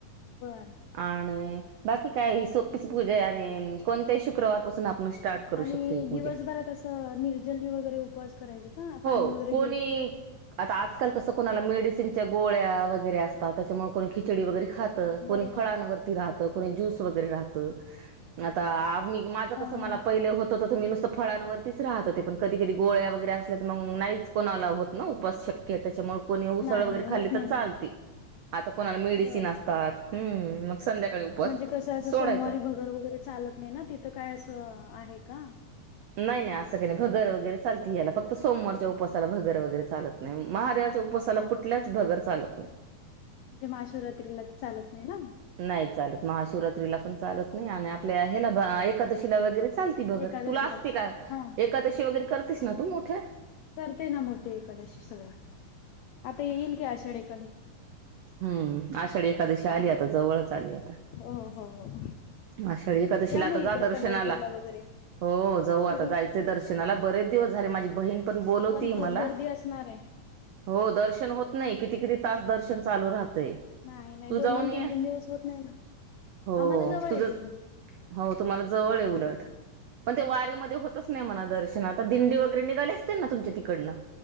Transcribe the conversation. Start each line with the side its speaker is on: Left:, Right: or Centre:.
Left: बर
Right: आणि बाकी काय ही सोपीच पूजा आहे आणि कोणत्याही शुक्रवारपासून आपण स्टार्ट करू
Left: आणि
Right: शकतो ही पूजा
Left: दिवसभरात असं निर्जली वगैरे उपवास करायचं का पाणी
Right: हो
Left: वगैरे
Right: कोणी
Left: घ्यायच
Right: आता आजकाल कसं कोणाला मेडिसनच्या गोळ्या वगैरे असतात त्याच्यामुळे कोणी खिचडी वैगेरे खात.
Left: हा
Right: कोणी
Left: बरोबर
Right: फळांवरती
Left: ना
Right: रहात, कोणी जुस वर वैगेरे रहात, आत्ता आम्ही माझं कसं
Left: हा हा
Right: मला पहिलं होत होत फळांवरतीच राहत होते पण कधी कध गोळ्या वगैरे असल्या तर मग नाहीच कोणाला होत ना उपास शक्य त्याच्यामुळे आणि उसळ
Left: नाही
Right: वैगेरे
Left: नाही होत
Right: खाली
Left: नाही
Right: तर चालत
Left: ना
Right: आणि कोणाला मेडिसिन
Left: बर
Right: असतात संध्याकाळी उपवास
Left: म्हणजे कसं असं
Right: सोडायचा
Left: सोमवारी भगर वगैरे चालत नाही ना तिथं काय असं आहे का?
Right: नाही नाही असं काही नाही भगर वगैरे चालत याला फक्त सोमवारच्या उपासाला भगर वगैरे चालत नाही. नाही, महादेवाच्या
Left: हा
Right: उपवासाला
Left: हा हा
Right: कुठल्याच भगर चालत नाही.
Left: म्हणजे महाशिवरात्रीला ते चालत नाही ना
Right: नाही, चालत महाशिवरात्रीला पण चालत नाही आणि आपल्या ह्याला एकादशीला वगैरे चालती भगर.
Left: एकादशीला
Right: तुला असते का
Left: हा
Right: एकादशी वगैरे करतेस ना तू मोठे
Left: करते ना मोठे एकादशी सगळं आता येईल की आषाढ एकादशी
Right: हम्म, आषाढी एकादशी आली
Left: हा
Right: आता जवळच आली आता
Left: हो हो हो
Right: आषाढी एकादशीला
Left: या मग
Right: आता जा
Left: इकडं
Right: दर्शनाला.
Left: पंढरपूरला वगैरे
Right: हो जाऊ
Left: तुम्ही
Right: आता जायचे दर्शनाला बरेच दिवस झाले माझी बहिण पण बोलवते
Left: पण खूप
Right: मला,
Left: गर्दी असणार आहे
Right: हो दर्शन होत नाही किती किती तास दर्शन ते
Left: नाही नाही
Right: तू
Left: दोन
Right: जाऊन
Left: दोन
Right: ये.
Left: तीन तीन दिवस होत नाही ना
Right: हो,
Left: आम्हाला जवळ
Right: तुझं
Left: आहे इकडून.
Right: हो तुम्हाला जवळ आहे उलट पण ते वारीमध्ये
Left: हा.
Right: होतच नाही म्हणा दर्शन आता दिंडी वगैरे निघाले असतील ना तुमच्या तिकडनं